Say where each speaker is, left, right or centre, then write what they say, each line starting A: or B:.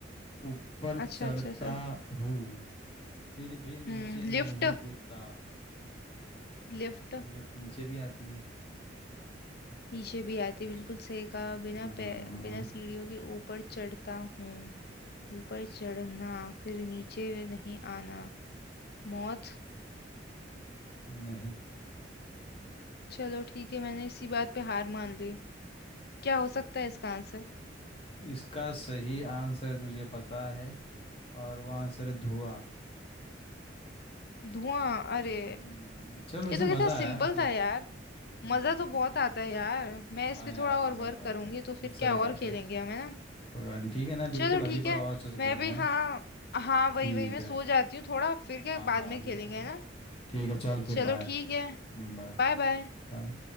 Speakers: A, on the left; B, on the left.
A: ऊपर
B: अच्छा
A: चढ़ता
B: अच्छा अच्छा
A: हूँ फिर भी नीचे
B: हम्म
A: नहीं
B: लिफ्ट
A: गिरता
B: लिफ्ट
A: लिफ्ट नीचे भी आती है
B: नीचे भी आती बिल्कुल सही कहा बिना
A: हम्म,
B: पे बिना सीढ़ियों के ऊपर चढ़ता हूँ ऊपर चढ़ना फिर नीचे नहीं आना मौत
A: नहीं
B: चलो ठीक है मैंने इसी बात पे हार मान ली क्या हो सकता है इसका आंसर
A: इसका सही आंसर तुझे पता है और वो आंसर है धुआं
B: धुआं अरे
A: हम्म, चल वैसे
B: ये तो
A: मज़ा
B: कितना सिंपल
A: आया वैसे
B: था यार
A: हम्म
B: मजा तो बहुत आता है यार मैं
A: हाँ
B: इस पे
A: यार
B: थोड़ा
A: मज़ा
B: और वर्क
A: तो आता
B: करूंगी तो
A: है
B: फिर
A: सही
B: क्या और
A: बात
B: खेलेंगे
A: है
B: हम है ना
A: कोई बात नहीं ठीक है ना
B: चलो
A: बिल्कुल अगली
B: ठीक है
A: बार और अच्छे से खेलेंगे
B: मैं भी
A: है ना
B: हाँ हाँ वही
A: ठीक
B: वही मैं
A: है
B: सो जाती हूँ थोड़ा फिर क्या
A: हाँ
B: बाद
A: हाँ
B: में
A: बिल्कुल
B: खेलेंगे
A: बिल्कुल
B: है ना
A: ठीक है चल फिर
B: चलो
A: बाय
B: ठीक है
A: बाय
B: Bye bye
A: बाय